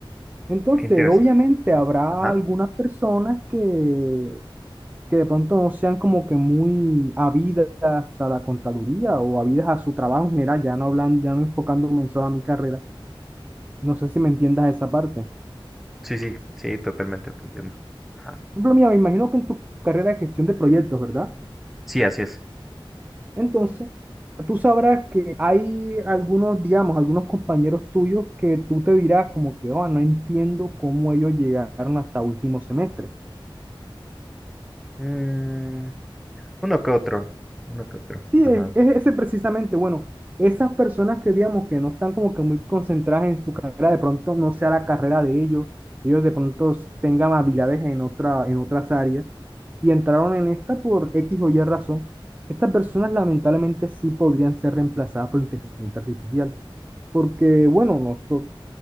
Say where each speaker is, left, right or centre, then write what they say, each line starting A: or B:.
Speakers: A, on the right; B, in the centre.
A: Entonces,
B: Qué interesante.
A: obviamente habrá
B: Ajá.
A: algunas personas que, que de pronto no sean como que muy habidas a la contaduría o habidas a su trabajo en general, ya no hablan, ya no enfocándome en solo a mi carrera. No sé si me entiendas esa parte.
B: Sí, sí, sí, totalmente te entiendo. Ajá.
A: Por ejemplo, mira, me imagino que en tu carrera de gestión de proyectos, ¿verdad?
B: Sí, así es.
A: Entonces, tú sabrás que hay algunos, digamos, algunos compañeros tuyos que tú te dirás como que, oh, no entiendo cómo ellos llegaron hasta último semestre.
B: Mm, uno que otro, uno que otro.
A: Sí, es,
B: Ajá.
A: es ese precisamente, bueno, esas personas que, digamos, que no están como que muy concentradas en su carrera, de pronto no sea la carrera de ellos, ellos de pronto tengan habilidades en otra, en otras áreas y entraron en esta por X o Y razón. Estas personas lamentablemente sí podrían ser reemplazadas por inteligencia artificial. Porque, bueno, nosotros,